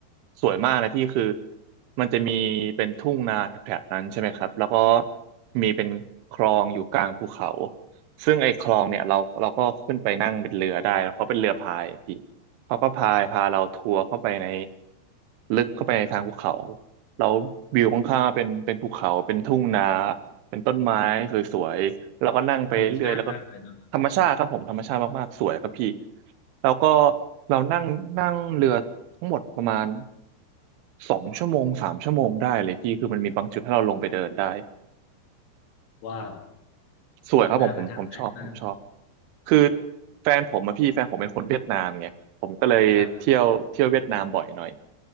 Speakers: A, on the right; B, on the left.
A: สวยมากนะพี่คือมันจะมีเป็นทุ่งนาแถบๆนั้นใช่ไหมครับแล้วก็มีเป็นคลองอยู่กลางภูเขาซึ่งไอ้คลองเนี่ยเราเราก็ขึ้นไปนั่งเป็นเรือได้แล้วเขาเป็นเรือพายอะพี่เขาก็พายพาเราทัวร์เข้าไปในลึกเข้าไปในทางภูเขา แล้ววิวข้างๆเป็นเป็นภูเขาเป็นทุ่งนาเป็นต้นไม้สวยๆแล้วก็นั่งไปเรื่อยแล้วก็
B: ธรรมชาติมากเลยเนาะ
A: ธรรมชาติครับผมธรรมชาติมากๆสวยครับพี่แล้วก็เรานั่งนั่งเรือทั้งหมดประมาณสองชั่วโมงสามชั่วโมงได้เลยพี่คือมันมีบางจุดให้เราลงไปเดินได้
B: ว้าว
A: สวยครับผมผมผมชอบผมชอบ
B: น่าประทับใจมาก
A: คือแฟนผมอะพี่แฟนผมเป็นคนเวียดนามไงผมก็เลยเที่ยวเที่ยวเวียดนามบ่อยหน่อย
B: ครับ